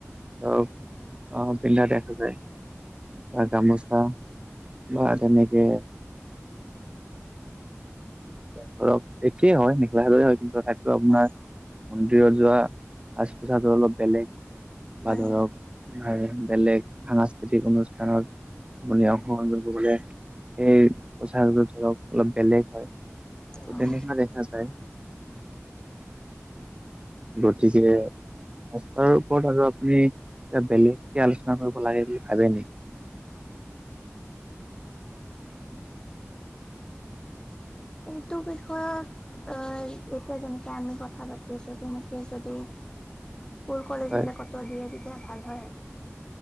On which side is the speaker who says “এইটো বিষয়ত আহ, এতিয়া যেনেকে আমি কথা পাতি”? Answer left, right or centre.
Left